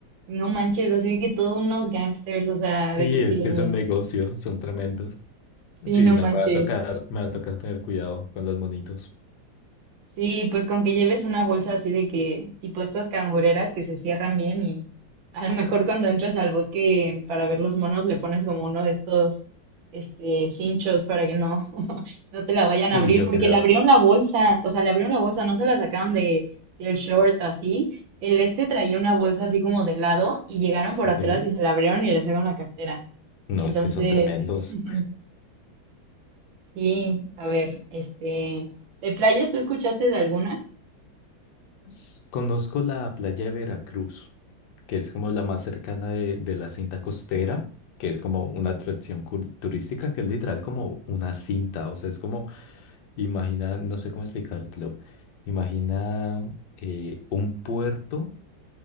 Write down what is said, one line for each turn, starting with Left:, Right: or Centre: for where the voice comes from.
Right: no manches, así que todos unos gangsters, o sea,
Left: Sí,
Right: de que
Left: es
Right: sí,
Left: que es un negocio, son tremendos.
Right: sí,
Left: Sí,
Right: no
Left: no,
Right: manches.
Left: me va a tocar, me va a tocar tener cuidado con los monitos.
Right: Sí, pues con que lleves una bolsa así de que, tipo estas cangureras que se cierran bien y a lo mejor cuando entras al bosque para ver los monos le pones como uno de estos, este, cinchos para que no, <laughs> no te la vayan
Left: Sí,
Right: a abrir,
Left: yo
Right: porque
Left: creo.
Right: le abrieron la bolsa, o sea, le abrieron la bolsa, no se la sacaron de, del short así. El este traía una bolsa así como de lado y llegaron por
Left: Ok.
Right: atrás y se la abrieron y le sacaron la cartera.
Left: No,
Right: Entonces,
Left: es que son tremendos.
Right: <laughs> sí, a ver, este, ¿de playas tú escuchaste de alguna?
Left: S- Conozco la playa de Veracruz, que es como la más cercana de, de la cinta costera, que es como una atracción cul- turística, que es literal como una cinta. O sea, es como, imagina, no sé cómo explicártelo. Imagina eh, un puerto